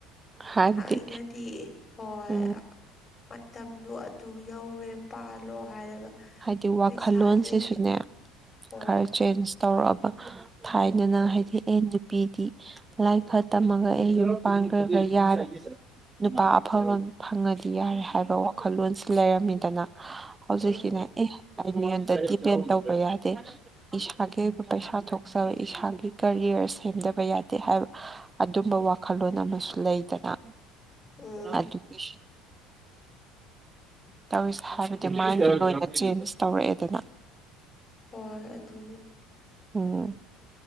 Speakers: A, on the right (about 20°); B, on the left (about 25°).
A: ꯍꯥꯏꯕꯗꯤ
B: ꯊꯥꯏꯅꯗꯤ ꯍꯣꯏ
A: ꯎꯝ
B: ꯃꯠ ꯃꯇꯝꯗꯨꯣ ꯑꯗꯨ ꯌꯧꯔꯦ ꯄꯥꯜꯂꯣ ꯍꯥꯏꯔꯒ
A: ꯍꯥꯏꯗꯤ ꯋꯥꯈꯜꯂꯣꯟꯁꯤꯁꯨꯅꯦ
B: ꯄꯩꯁꯥ ꯂꯩꯒꯦ ꯍꯣꯏ
A: ꯈꯔ ꯆꯦꯟꯖ ꯇꯧꯔꯛꯑꯕ ꯊꯥꯏꯗꯅ
B: ꯎꯝ
A: ꯍꯥꯏꯗꯤ ꯑꯦ ꯄꯄꯤꯗꯤ ꯂꯥꯏ ꯈꯔ ꯇꯝꯃꯒ ꯑꯩ ꯌꯨꯝ ꯄꯥꯟꯈ꯭ꯔꯒ ꯌꯥꯔꯦ ꯅꯨꯄꯥ ꯑꯐꯕ ꯐꯪꯉꯗꯤ ꯌꯥꯔꯦ ꯍꯥꯏꯕ ꯋꯥ ꯋꯥꯈꯜꯂꯣꯟꯜꯁꯤ ꯂꯩꯔꯝꯃꯤꯗꯅ ꯍꯧꯖꯤꯛꯀꯤꯅꯦ
B: ꯎꯝ
A: ꯑꯦ ꯑꯩ ꯃꯤꯉꯣꯟꯗ ꯗꯤꯄꯦꯟ ꯇꯧꯕ ꯌꯥꯗꯦ ꯏꯁꯥꯒꯤ ꯑꯣꯏꯕ ꯄꯩꯁꯥ ꯊꯣꯛꯆꯕ ꯏꯁꯥꯒꯤ ꯀꯔꯤꯌꯔ ꯁꯦꯝꯗꯕ ꯌꯥꯗꯦ ꯍꯥꯏꯕ ꯑꯗꯨꯝꯕ ꯋꯥꯈꯜꯂꯣꯟ ꯑꯃꯁꯨ ꯂꯩꯗꯅ
B: ꯎꯝ
A: ꯑꯗꯨꯒꯤ ꯇꯧꯁ ꯍꯥꯏꯕꯗꯤ ꯃꯥꯏꯟꯗꯣ ꯂꯣꯏꯅ ꯆꯦꯟꯖ ꯇꯧꯔꯛꯑꯦꯗꯅ
B: ꯍꯣꯏ ꯑꯗꯨꯅꯦ
A: ꯑꯣꯝ